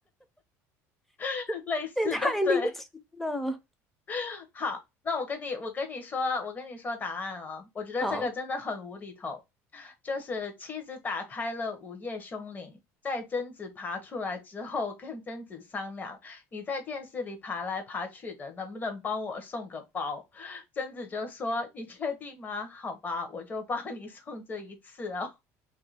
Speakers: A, on the left; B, in the centre.
A: <laughs> 类似的，
B: <laughs> 这也太离奇了！
A: 对。<laughs> 好，那我跟你，我跟你说，我跟你说答案哦。我觉得这个真的很无厘头，
B: 好，
A: 就是妻子打开了午夜凶铃，在贞子爬出来之后，跟贞子商量，你在电视里爬来爬去的，能不能帮我送个包？贞子就说：“你确定吗？好吧，我就帮你送这一次哦。